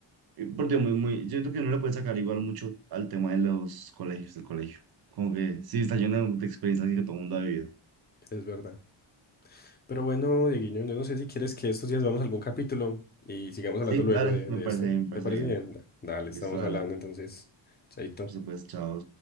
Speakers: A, on the right; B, on the left.
A: eh, Porque muy, muy, yo siento que no le puede sacar igual mucho al tema de los colegios, del colegio. Como que sí, está lleno de experiencias que todo el mundo ha vivido.
B: Es verdad. Pero bueno, Dieguiño, yo no sé si quieres que estos días veamos algún capítulo y sigamos hablando
A: Sí,
B: luego
A: dale,
B: de,
A: me
B: de
A: parece
B: esto.
A: bien, me parece
B: ¿Te parece
A: bien.
B: bien? Dale, estamos
A: Listo, dale.
B: hablando entonces. Chaito.
A: Listo, pues, chao.